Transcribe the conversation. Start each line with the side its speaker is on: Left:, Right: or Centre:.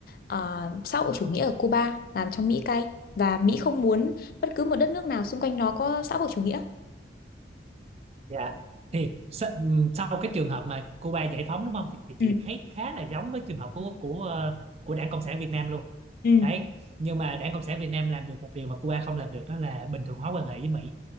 Left: ờ, xã hội chủ nghĩa ở Cuba làm cho Mỹ cay và Mỹ không muốn bất cứ một đất nước nào xung quanh nó có xã hội chủ nghĩa
Right: Dạ. Thì sa- ừm, sau cái trường hợp mà Cuba giải phóng đúng không thì
Left: ừ
Right: chị thấy khá là giống với trường hợp của của ờ, của Đảng Cộng sản Việt Nam luôn.
Left: ừ
Right: Đấy, nhưng mà Đảng Cộng sản Việt Nam làm được một điều mà Cuba không làm được đó là bình thường hóa quan hệ với Mỹ